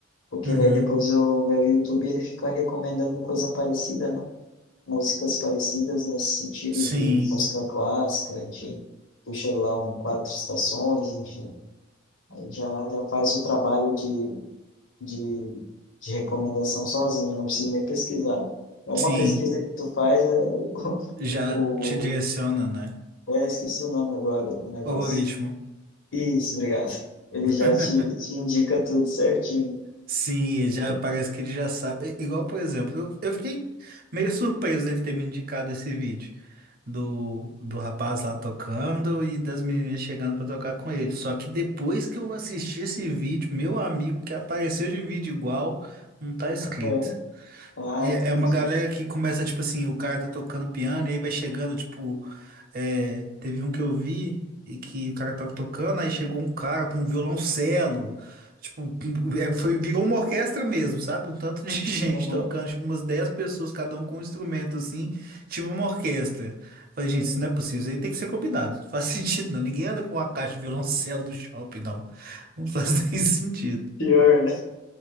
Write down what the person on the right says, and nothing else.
Uhum.
Sim,
sim.
Já
te direciona, né?
Algoritmo.
<laughs>
Sim, ele
já
parece que ele já sabe. I- Igual, por exemplo, eu, eu fiquei meio surpreso dele ter me indicado esse vídeo do, do rapaz lá tocando e das meninas chegando pra tocar com ele. Só que depois que eu assisti esse vídeo, meu amigo que apareceu de vídeo igual, não tá escrito.
É,
é uma galera que começa, tipo assim, o cara tá tocando piano e aí vai chegando, tipo. é, teve um que eu vi e que o cara tava tocando, aí chegou um cara com um violoncelo. Tipo, com-
é, foi, virou uma orquestra mesmo, sabe? Um tanto de <laughs> gente
tocando, tipo, umas 10 pessoas, cada um com um instrumento, assim, tipo uma orquestra. Falei, gente,
isso não é possível, isso aí tem que ser combinado. <laughs> Não faz sentido, não. Ninguém anda com uma caixa de violoncelo no shopping, não. Não faz <laughs> nem sentido.